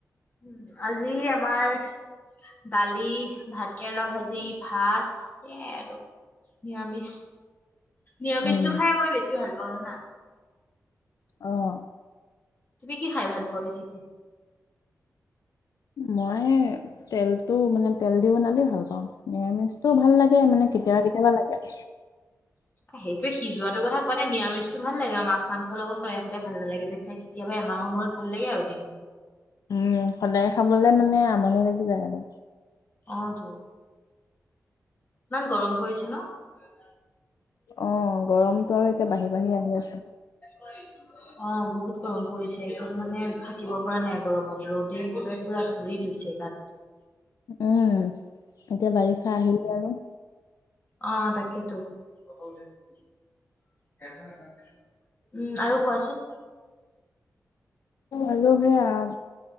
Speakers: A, on the left; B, on the left.
A: <unintelligible> আজি আমাৰ দালি ভাত। কেৰেলা ভাজি, ভাত সেইয়াই আৰু নিৰামিষ। নিৰামিষটো
B: উম।
A: খাই মই বেছি ভাল পাওঁ জানা।
B: অ'
A: তুমি কি খাই ভাল পোৱা বেছিকে। <inaudible>
B: মই তেলটো মানে, তেল দি বনালে ভাল পাওঁ নিৰামিষ। টো ভাল লাগে মানে, কেতিয়াবা কেতিয়াবা লাগে,
A: আহেই। সিজোৱাটো কথা কোৱা নাই। নিৰামিষটো ভাল লাগে, মাছ মাংস লগ সদায় সদায় ভাল নালাগে যে খাই।। কেতিায়াবা এমাহৰ মূৰত ভালাগে আৰু এদিন।
B: ম' সদায় খাবলে মানে আমনি লাগি যায় আৰু।
A: অ' তো ইমান গৰম পৰিছে ন? <inaudible>
B: অ গৰমতো আৰু এতিয়া বাঢ়ি বাঢ়ি আহি আছে।
A: কৰিছো <inaudible> অ বহুত গৰম পৰিছে একদম মানে থাকিব পৰা নাই গৰমত ৰ'দে একুটা পুৰা ধৰি লৈছে তাত
B: উম এতিয়া বাৰিষা আহিলেই আৰু
A: অ তাকে টো উম আৰু কোৱাচোন?
B: আৰু সেয়া আও